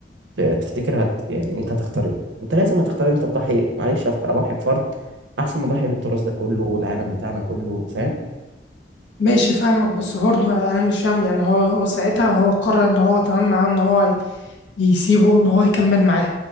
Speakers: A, on the right; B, on the left.
A: تفتكر هت يعني انت هتختار ايه انت لازم هتختار انت تضحي معلش أف- اضحي بفرد احسن ما اضحي بالتراث ده كله والعالم بتاعنا كله فاهم
B: ماشي فاهمك بس برضه انا مش فاهم يعني هو هو ساعتها هو قرر ان هو تمام معاه ان هو ي- يسيبه ان هو يكمل معاه